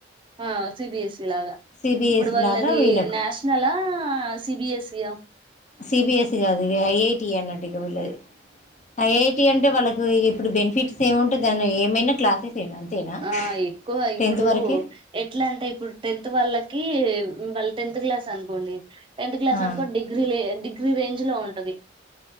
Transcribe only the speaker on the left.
సిబిఎస్ఈ
లాగా వీళ్ళకు
సి బి ఎస్ ఈ కాదు ఇగ ఐ ఐ టి అన్నట్టిగా వీళ్లది. ఐ ఐ టి అంటే, వాళ్ళకు ఇగ ఇప్ ఇప్పుడు బెనిఫిట్స్ ఏముంటాయి దాని ఏమైనా క్లాసెస్ ఏనా అంతేనా
టెన్త్ వరకే
ఆ